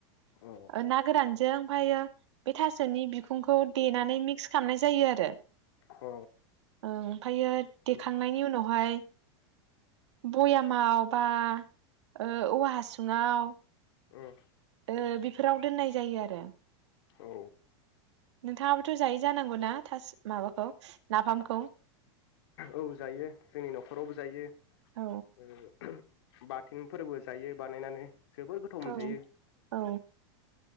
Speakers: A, on the left; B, on the right.
A: अ
B: ओ ना गोरानजों ओमफायो बे थास'नि खुंखौ देनानै मिक्स खालामनाय जायो आरो
A: अ
B: ओमफायो देखांनायनि
A: उम
B: उनावहाय बया माव बा ओ औवा हासुङाव
A: उम।
B: ओ बेफोराव दोननाय जायो आरो।
A: औ।
B: नोंथाङाबोथ' जायो जानांगौना थास' माबाखौ नाफामखौ
A: औ जायो जोंनि न'खरावबो जायो।
B: औ
A: ओ बाथोनफोरबो जायो बानायनानै जोबोर गोथाव
B: औ
A: मोनजायो। <inaudible>
B: औ